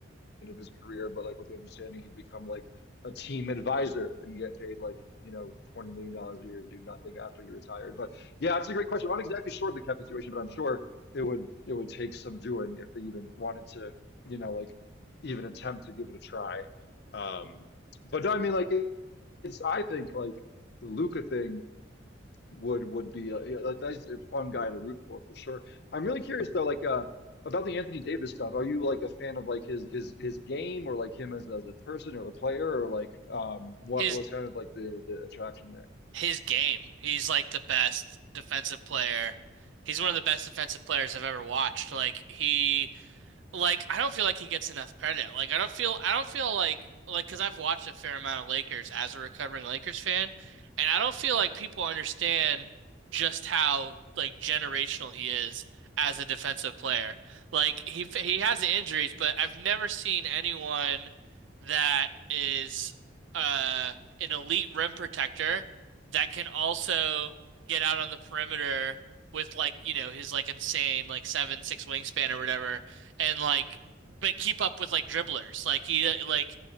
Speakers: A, on the left; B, on the right.
A: end of his career, but like with the understanding he'd become like a team advisor and get paid like, you know, $20 million dollars a year to do nothing after he retired. But yeah, that's a great question. I'm not exactly sure of the cap situation, but I'm sure it would it would take some doing if they even wanted to, you know, like even attempt to give it a try. Um, but no, I mean like it, it's I think like the Luca thing would would be a, yeah, like that's a fun guy to root for for sure. I'm really curious though, like uh about the Anthony Davis stuff. Are you like a fan of like his his his game or like him as as a person or a player or like um what
B: His
A: was kind of like the the attraction there?
B: his game, he's like the best defensive player. He's one of the best defensive players I've ever watched. Like he. like I don't feel like he gets enough credit. Like I don't feel I don't feel like like because I've watched a fair amount of Lakers as a recovering Lakers fan, and I don't feel like people understand just how like generational he is as a defensive player. Like he he has the injuries, but I've never seen anyone that is uh an elite rim protector that can also get out on the perimeter with like, you know, his like insane like seven, six wingspan or whatever and like but keep up with like dribblers. Like he like